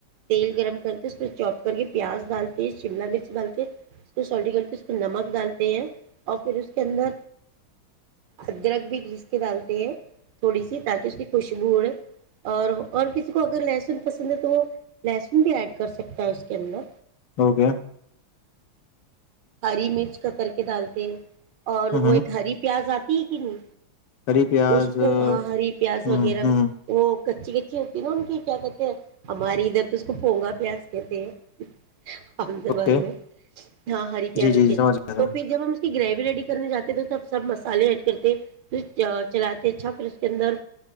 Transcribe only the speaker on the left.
اوکے
ہ
ہری پیاز
ہ
ہ
اوکے
جی
جی جی سمجھ گیا سمجھ